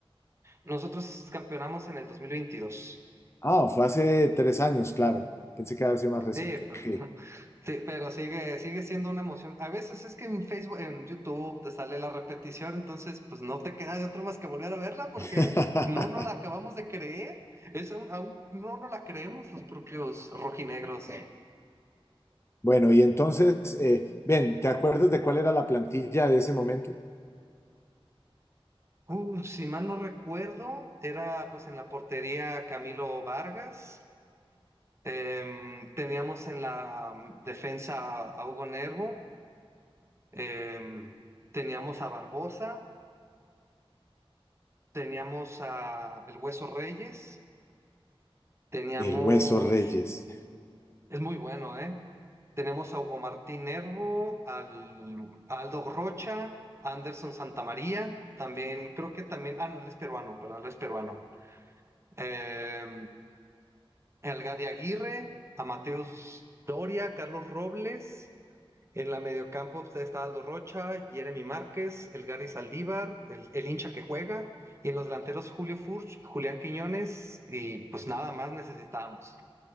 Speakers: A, on the right; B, on the left.
A: nosotros campeonamos en el 2022.
B: Ah, fue hace tres años, claro. Pensé que había sido más reciente.
A: Sí,
B: Ok.
A: pues, <laughs> sí, pero sigue, sigue siendo una emoción. A veces es que en Facebook, en YouTube te sale la repetición, entonces pues no te queda de otra más que volver a verla porque
B: <laughs>
A: no, no la acabamos de creer. Es aún, aún no, no la creemos los propios rojinegros. Sí.
B: Bueno, y entonces, eh, ven, ¿te acuerdas de cuál era la plantilla de ese momento?
A: Uh, si mal no recuerdo, era pues en la portería Camilo Vargas. Em, teníamos en la mm, defensa a Hugo Nervo. Em, teníamos a Barbosa. Teníamos a El Hueso Reyes, teníamos,
B: El Hueso Reyes.
A: es muy bueno, ¿eh? Tenemos a Hugo Martín Nervo, al, a Aldo Rocha, a Anderson Santamaría, también, creo que también, ah, no, él es peruano, perdón, él es peruano. Eh, al Gadi Aguirre, a Mateus Doria, Carlos Robles, En la mediocampo pues, está Aldo Rocha, Jeremy Márquez, el Gary Saldívar, el, el hincha que juega, y en los delanteros Julio Furch, Julián Quiñones, y pues nada más necesitábamos.